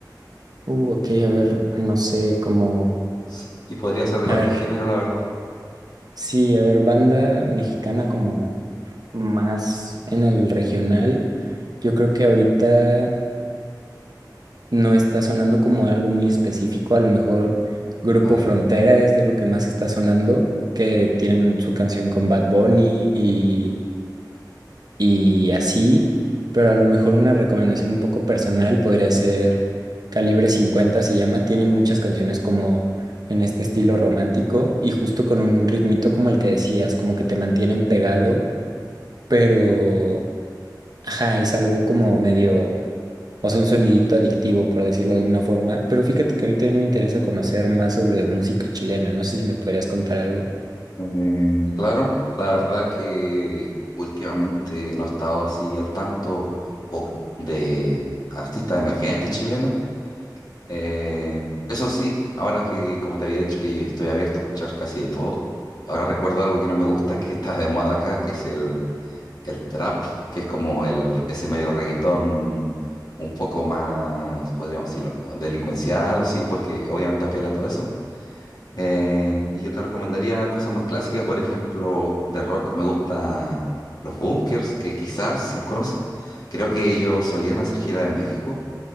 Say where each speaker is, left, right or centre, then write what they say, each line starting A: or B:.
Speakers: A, on the right; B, on the left.
A: Uh, ok, a ver, no sé, como,
B: sí, y podría ser de
A: a
B: cualquier
A: ver,
B: género, la verdad.
A: sí, a ver, banda mexicana como más en el regional. Yo creo que ahorita no está sonando como algo muy específico. A lo mejor Grupo
B: Vale.
A: Frontera es de lo que más está sonando, que tienen su canción con Bad Bunny y y así, pero a lo mejor una recomendación un poco personal podría ser Calibre cincuenta se llama, tienen muchas canciones como en este estilo romántico y justo con un ritmito como el que decías, como que te mantienen pegado, pero ajá, es algo como medio, o sea, un sonidito adictivo por decirlo de alguna forma, pero fíjate que a mí también me interesa conocer más sobre música chilena, no sé si me podrías contar algo.
B: Eh, claro, la verdad que últimamente no he estado así al tanto o de artistas emergentes chilenos. Eh, eso sí, ahora que, como te había dicho, que estoy abierto a escuchar casi de todo, ahora recuerdo algo que no me gusta, que está de moda acá, que es el, el trap, que es como el, ese medio reggaetón un poco más, podríamos decirlo, delincuencial, así, porque obviamente apela a todo eso. Eh, y yo te recomendaría cosas más clásicas, por ejemplo, de rock me gusta los Bunkers, que quizás los conoces. Creo que ellos solían hacer gira de México